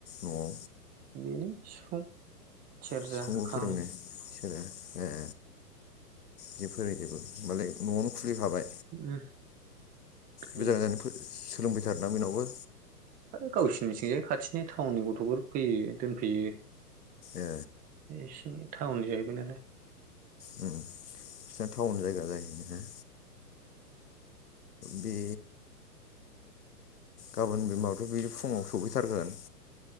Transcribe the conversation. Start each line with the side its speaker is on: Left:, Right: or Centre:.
Left: न'आव?
Right: बेनो सिफुं सेरजा
Left: सिफुंबो
Right: खाम
Left: फोरोङो बिसोरो ए जि फोरोंजोबो मालाय न'आवनो। खुलि खाबाय।
Right: उम उम,
Left: गोजान गोजान फो सोलों फैथारोना बेनावबो।
Right: गावसोरनिथिंजाय खाथिनि टाउननि गथ'फोर फैयो दोनफैयो
Left: ए
Right: ए सिनि थाउननि जाहैबाय नालाय
Left: बिसिना टाउन जायगा जाहैबायना बे गाबोन बिमाबाथ' बिदि फुङाव सफैथारगोन